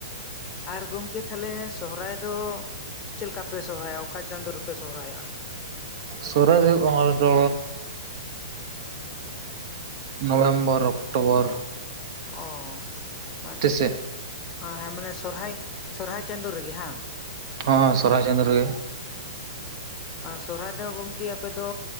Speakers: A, on the left (about 20°); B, on the right (about 55°).
A: ᱟᱨ ᱜᱚᱝᱠᱮ ᱛᱟᱦᱚᱞᱮ ᱥᱚᱦᱚᱨᱟᱭ ᱫᱚ᱾ ᱪᱮᱫ ᱞᱮᱠᱟ ᱯᱮ ᱥᱚᱦᱚᱨᱟᱭᱚᱜ ᱟ ᱚᱠᱟ ᱪᱟᱸᱫᱳ ᱨᱮᱯᱮ ᱥᱚᱦᱚᱨᱟᱭᱚᱜ ᱟ ᱾
B: ᱥᱚᱨᱦᱟᱭ ᱫᱚ ᱦᱩᱭᱩᱜ ᱠᱟᱱᱟ ᱟᱞᱮ ᱫᱚ ᱱᱚᱵᱷᱮᱢᱵᱚᱨ ᱚᱠᱴᱚᱵᱚᱨ᱾
A: ᱚ ᱦᱮᱸ
B: ᱥᱮᱫ
A: ᱦᱮᱸ ᱢᱟᱱᱮ ᱥᱚᱨᱦᱟᱭ ᱥᱚᱨᱚᱦᱟᱭ ᱪᱟᱸᱫᱳ ᱨᱮᱜᱮ ᱦᱟᱸᱜ᱾
B: ᱦᱚᱸ ᱥᱚᱨᱚᱦᱟᱭ ᱪᱟᱸᱫᱳ ᱨᱮᱜᱮ᱾
A: ᱚ ᱥᱚᱨᱦᱟᱭ ᱫᱚ ᱜᱚᱝᱠᱮ ᱟᱯᱮ ᱫᱚ